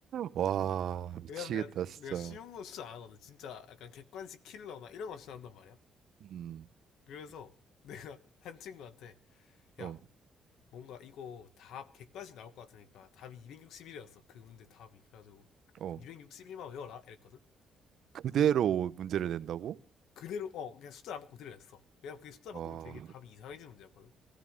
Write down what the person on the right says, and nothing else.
와, 미치겠다,
진짜.
음,
어,
어.
그대로
문제를 낸다고?
와,